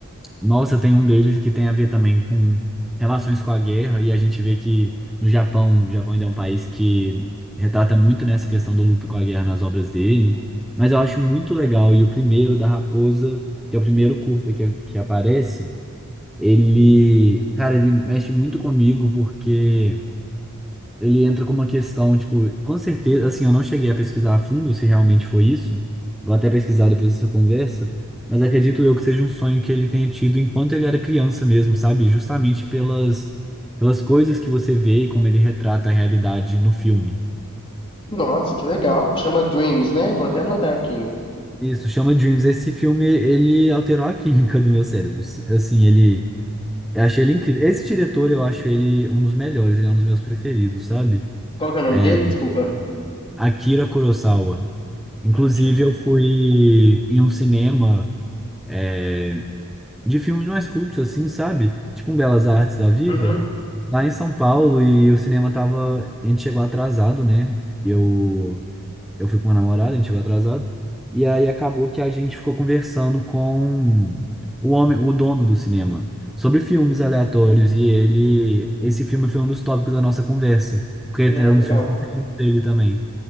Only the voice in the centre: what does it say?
nossa, tem um deles que tem a ver também com relações com a guerra, e a gente vê que no Japão, o Japão ainda é um país que retrata muito nessa questão do luto com a guerra nas obras dele, mas eu acho muito legal. E o primeiro, da Raposa, que é o primeiro curta que, que aparece, ele, cara, ele mexe muito comigo, porque ele entra com uma questão, tipo, com certeza, assim, eu não cheguei a pesquisar a fundo se realmente foi isso. Vou até pesquisar depois dessa conversa, mas acredito eu que seja um sonho que ele tenha tido enquanto ele era criança mesmo, sabe? Justamente pelas pelas coisas que você vê e como ele retrata a realidade no filme.
Isso, chama Dreams. Esse filme, ele alterou a química do meu cérebro. Assim, ele eu achei ele incrível. Esse diretor, eu acho ele um dos melhores, ele é um dos meus preferidos, sabe?
É
Akira Kurosawa. Inclusive,
eu fui em um cinema é, de filmes mais cultos, assim, sabe? Tipo um Belas Artes da Vida,
lá em São Paulo, e o cinema tava. A gente chegou atrasado, né? Eu, eu fui com uma namorada, a gente chegou atrasado. E aí acabou que a gente ficou conversando com o homem, o dono do cinema, sobre filmes aleatórios, e ele. Esse filme foi um dos tópicos da nossa conversa, porque
é um dos
filmes preferidos dele também.